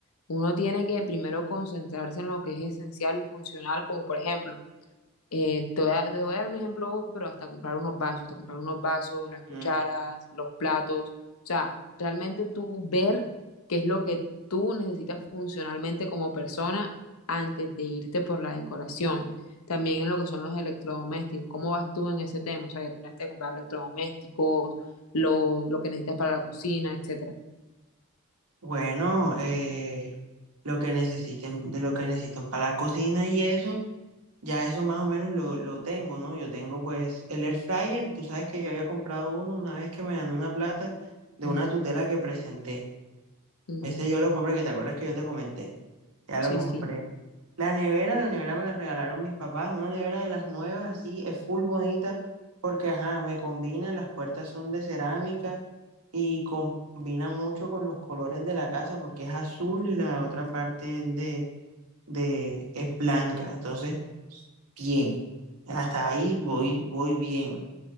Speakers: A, on the left; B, on the right.
A: uno tiene que primero concentrarse en lo que es esencial y funcional, como por ejemplo, eh, te voy a, te voy a dar un ejemplo, pero hasta comprar unos vasos, hasta comprar unos vasos, las cucharas,
B: Mm.
A: los platos. O sea, realmente tú ver qué es lo que tú necesitas funcionalmente como persona antes de irte por la decoración. También en lo que son los electrodomésticos. ¿Cómo vas tú en ese tema? O sea, ya terminaste de comprar electrodomésticos, lo, lo que necesitas para la cocina, etcétera.
B: Bueno, eh, lo que necesiten, de lo que necesiten para la cocina y eso. Ya eso más o menos lo, lo tengo, ¿no? Yo tengo pues el air fryer, tú sabes que yo había comprado uno una vez que me gané una plata de
A: Ujú,
B: una tutela que presenté.
A: ujú.
B: Ese yo lo compré, que te acuerdas que yo te comenté, ya
A: Sí,
B: lo compré.
A: sí.
B: La nevera, la nevera me la regalaron mis papás, una nevera de las nuevas, así, es full bonita, porque ajá, me combina, las puertas son de cerámica y combina mucho con los colores de la casa, porque es azul y la otra parte de, de, es blanca, entonces bien. Hasta ahí voy, voy bien.